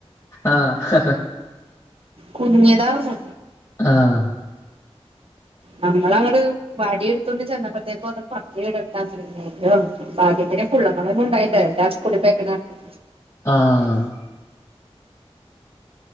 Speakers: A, on the left; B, on the right.
A: ആഹ്
B: കുഞ്ഞിയതാർന്നു
A: ആഹ്
B: നമ്മളങ്ങട് വടിയെടുത്തണ്ട് ചെന്നപ്പോൾ ത്തേക്ക് അത് പത്തിവിടർത്താൻ ശ്രമിക്കുന്നു ഭാഗ്യത്തിന് പുള്ളങ്ങളൊന്നും ഉണ്ടായില്ല എല്ലാം സ്കൂളിള് പോയെക്കണതാരുന്നു
A: ആഹ്